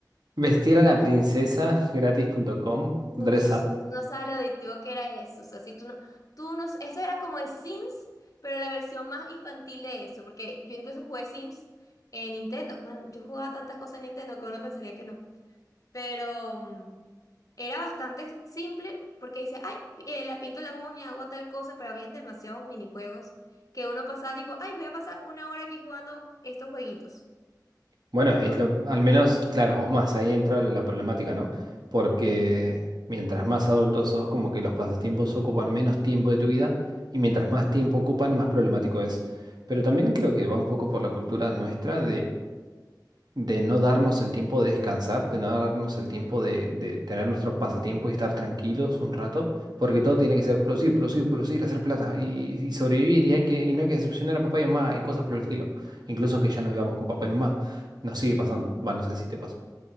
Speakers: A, on the right; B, on the left.
A: Vestir a la princesa gratis.com,
B: Uf,
A: dress up.
B: y tú no sabes lo adictivo que era eso. O sea, si tú no, tú no, eso era como el Sims, pero la versión más infantil de eso, porque yo incluso jugué Sims en Nintendo. Man, yo jugaba tantas cosas en Nintendo que uno pensaría que no. Pero mm, era bastante simple porque dice, ay, eh, la pinto las uñas, hago tal cosa, pero habían demasiados minijuegos que uno pasaba tipo, ay, voy a pasar una hora aquí jugando estos jueguitos
A: Bueno,
B: o
A: es
B: más.
A: lo- al menos, claro, o más, ahí entra la problemática, ¿no? Porque mientras más adultos sos, como que los pasatiempos ocupan menos tiempo de tu vida y mientras más tiempo ocupan, más problemático es. Pero también creo que va un poco por la cultura nuestra de no darnos el tiempo de descansar, de no darnos el tiempo de, de tener nuestro pasatiempo y estar tranquilos un rato, porque todo tiene que ser producir, producir, producir, hacer plata y, y sobrevivir, y, hay que, y no hay que decepcionar a papá y mamá y cosas por el estilo. Incluso aunque ya no vivamos con papá y mamá, nos sigue pasando. Va, no sé si te pasa.